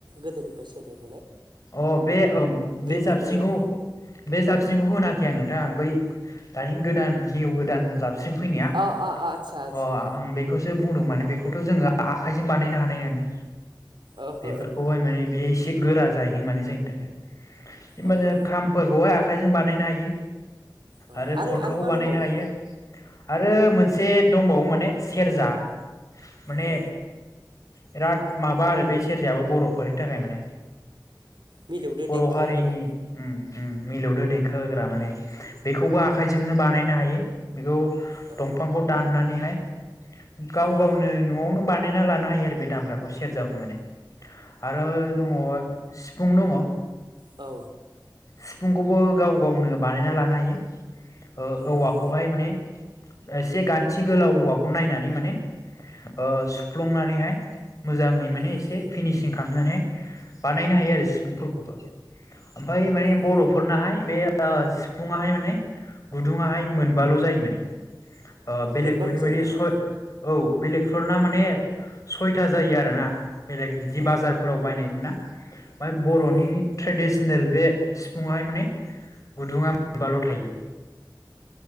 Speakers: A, on the right (about 85°); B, on the left (about 45°).
A: गोदोनिफ्राय सोदोब
B: अ बे बे जाबसिंखौ
A: मोननैयाव
B: बे जाबसिनिखौ होनाखै आं नोंथां आं बै दानि गोदान निउ गोदान जाब जाबस्रिं फैनाया
A: अ अ आदसा आदसा
B: अ आं बेखौ जाय बुंदों माने बेखौथ' जोङो आखाइजों बानायनो हानाय नोङा।
A: ओहो
B: बेफोरखौहाय
A: ओहो
B: माने बेस से गोरा जाय माने जोंनि थाखाय जेनबा
A: औ
B: जोङो खामफोरखौहाय आख खाइजों बानायनो हायो।
A: औ
B: आरो खरखाखौ
A: मा
B: बानायनो
A: दंबावो
B: हायो। आरो मोनसे दंबावो माने सेरजा माने
A: औ
B: बिराद माबा आरो बे सेरजायाबो बर'फोरनि थाखाय माने
A: मिलौदो
B: बर'
A: देंखो
B: हारिनि
A: होग्रा
B: उम उम मिलौदो देंखो होग्रा माने बेखौबो आखायजोंनो बानायनो हायो बेखौ।
A: औ
B: दंफांखौ दाननानै हाय गाव
A: औ
B: गावनो न'आवनो बान नायना लानो हायो आरो बे दामग्राखौ सेरजाखौ माने आरो दङ फुं दङ।
A: औ
B: सिफुंखौबो गाव गावनो बानायना लानो हायो। ओ औवाखौहाय
A: उम
B: माने एसे गान्थि गोलाव औवाखौ नायनानै माने ओ सुफ्लंनानैहाय मोजांङै माने एसे
A: उम
B: फिनिस थिं खामनानै बानायनो हायो आरो सिफुंफोरखौबो ओमफाय माने
A: औ
B: बर'फोरनाहाय बे ओ सिफुुंहाय माने गुदुंङाहाय मोनबाल' जायो माने ओ बेलेगफोरनि
A: मोनबाल' जायो
B: बायदि
A: नामा
B: सय औ बेलेगफोरना माने सयथा जायो आरोना बेलेग बिदि
A: औ
B: बाजारफोराव बायनाय ना बाय बर'नि
A: औ
B: थ्रेडिस सेनेल बे सिफुंहाय माने गुदुंङा मोनबाल' थायो।